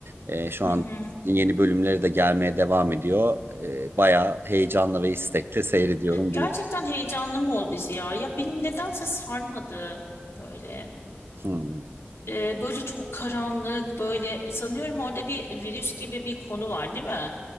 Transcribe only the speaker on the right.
Ee, şu
an
yeni bölümleri de gelmeye devam ediyor. Ee, bayağı heyecanla ve istekle seyrediyorum
diyeyim.
Hmm.